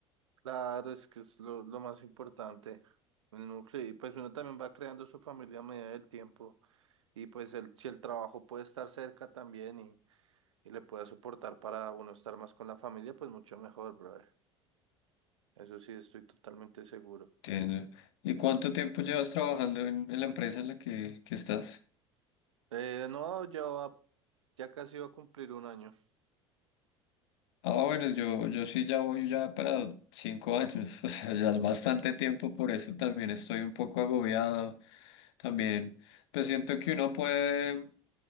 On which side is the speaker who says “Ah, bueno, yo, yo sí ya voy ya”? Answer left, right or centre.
Left